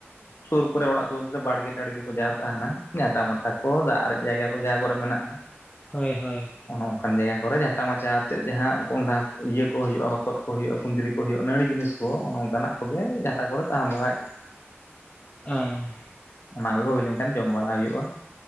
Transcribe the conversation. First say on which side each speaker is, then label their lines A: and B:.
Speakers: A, on the left; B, on the left.
A: ᱥᱩᱨ ᱠᱚᱨᱮ ᱚᱲᱟᱜ ᱥᱩᱨ ᱠᱚᱨᱮ ᱵᱟᱲᱜᱮ ᱴᱟᱲᱜᱮ ᱠᱚ ᱡᱟᱦᱟ ᱛᱟᱦᱮᱱᱟ ᱡᱟᱴᱟ ᱢᱟᱴᱟ ᱠᱚ ᱫᱟᱜ ᱟᱨᱮᱡ ᱡᱟᱭᱜᱟ ᱠᱚ ᱡᱟᱦᱟᱸ ᱠᱚᱨᱮ ᱢᱮᱱᱟᱜ-ᱟ᱾
B: ᱦᱳᱭ ᱦᱳᱭ,
A: ᱚᱱᱮ ᱚᱱ ᱠᱟᱱ ᱡᱟᱭᱜᱟ ᱠᱚᱨᱮ ᱟᱴᱟ ᱢᱟᱪᱟ ᱟᱛᱮᱫ ᱡᱟᱦᱟᱸ ᱠᱚᱸᱰᱷᱟ ᱤᱭᱟᱹ ᱠᱚ ᱦᱩᱭᱩᱜ-ᱟ ᱦᱚᱛᱚᱫ ᱠᱚ ᱦᱩᱭᱩᱜ-ᱟ ᱠᱩᱸᱫᱽᱨᱤ ᱠᱚ ᱦᱩᱭᱩᱜ-ᱟ ᱱᱟᱹᱲᱤ ᱡᱤᱱᱤᱥ᱾ ᱛᱚ ᱱᱚᱝᱠᱟᱱᱟᱜ ᱠᱚᱜᱮ ᱡᱟᱦᱟᱸᱴᱟ ᱠᱚᱨᱮ ᱛᱟᱦᱮᱸ ᱵᱟᱲ
B: ᱟ
A: ᱚᱱᱟ ᱠᱚ ᱦᱩᱭ ᱞᱮᱱᱠᱷᱟᱱ ᱡᱚᱢ ᱵᱟᱲᱟ ᱦᱩᱭᱩᱜ-ᱟ᱾